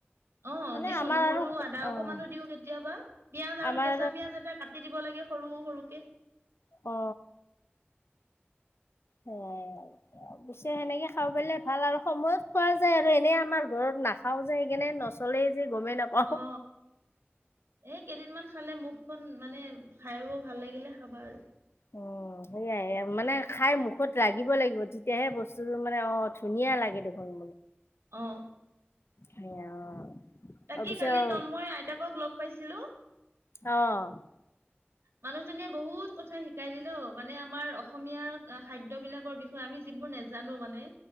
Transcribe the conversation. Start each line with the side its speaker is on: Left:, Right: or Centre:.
Right: অ
Left: মানে
Right: দিও
Left: আমাৰ
Right: নহৰু
Left: আৰু
Right: আদা
Left: অ',
Right: অকমানো দিও কেতিয়াবা পিয়াজ আৰু
Left: আমাৰ
Right: কেঁচা পিয়াজ এটা কাট দিব লাগে সৰু সৰুকে
Left: অ পিছে সেনেকে খাব পৰিলে ভাল আৰু সময়ত খোৱা যায় আৰু এনে আমাৰ ঘৰত নাখাও যে সেইকাৰণে নচলেই। যে গমেই নাপাওঁ।
Right: অ এ কেইদিনমান খালে মুখখন মানে। খাই বই ভাল লাগিলে খাবা আৰু
Left: অ সেয়াই মানে
Right: তাকে
Left: খাই মুখত লাগিব লাগিব তেতিয়াহে বস্তুটোৰ মানে অ ধুনীয়া লাগে দেখোন
Right: অ
Left: সে অ
Right: তাকে
Left: অবিচেয়
Right: কালি তন্ময় আইতাকক লগ পাইছিলো
Left: অহ
Right: মানুহজনীয়ে বহুত কথা শিকাই দিলেও মানে আমাৰ অসমীয়াৰ খাদ্য বিলাকৰ বিষয়ে আমি বোৰ নাজানো মানে